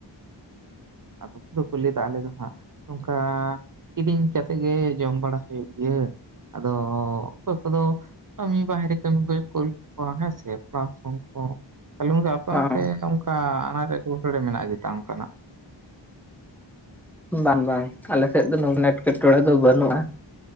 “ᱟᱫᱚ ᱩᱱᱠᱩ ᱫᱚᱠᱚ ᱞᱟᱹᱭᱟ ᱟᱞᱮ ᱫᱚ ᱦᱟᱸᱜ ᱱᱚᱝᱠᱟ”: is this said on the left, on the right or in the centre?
Right